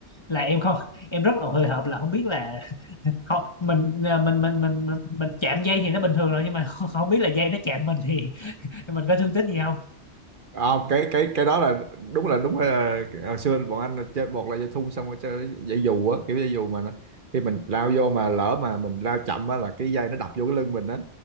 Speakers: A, on the left; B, on the right.
A: là em không em rất là hồi hộp là không biết là không mình à, mình mình mình mình, mình chạm dây thì nó bình thường rồi nhưng mà <laughs> không, biết là dây nó chạm mình thì mình có thương tích gì không
B: à, cái cái cái đó là đúng là đúng là hồi xưa bọn anh là chơi một là dây thun xong rồi chơi dây dù á kiểu dây dù mà nó, khi mình lao vô mà lỡ mà mình lao chậm á là cái dây nó đập vô cái lưng mình á